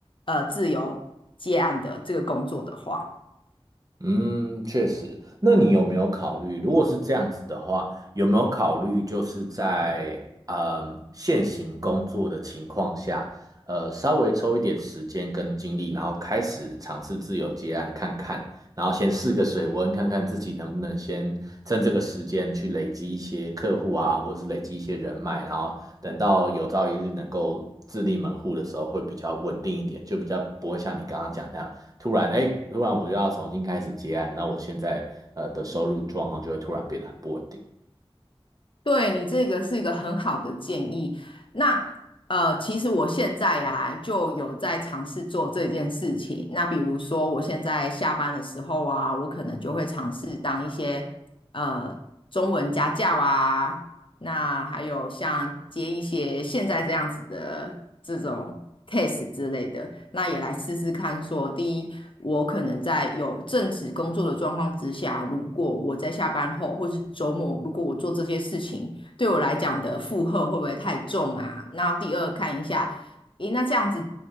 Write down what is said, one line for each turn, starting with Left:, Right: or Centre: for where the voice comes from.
Left: 呃自由接案的这个工作的话。
Right: 嗯，确实。那你有没有考虑，如果是这样子的话，有没有考虑就是在嗯现行工作的情况下，呃，稍微抽一点时间跟精力，然后开始尝试自由接案看看，然后先试个水温，看看自己能不能先趁这个时间去累积一些客户啊，或是累积一些人脉，然后等到有朝一日能够自立门户的时候，会比较稳定一点，就比较不会像你刚刚讲那样。突然，哎，突然我就要重新开始接案，那我现在呃的收入状况就会突然变得很不稳定。
Left: 对你这个是一个很好的建议。那呃，其实我现在呀、就有在尝试做这件事情。那比如说，我现在下班的时候啊，我可能就会尝试当一些呃中文家教啊，那还有像接一些现在这样子的这种 case 之类的，那也来试试看说，第一，我可能在有正职工作的状况之下，如果我在下班后或是周末，如果我做这些事情，对我来讲的负荷会不会太重啊？那第二，看一下，咦，那这样子，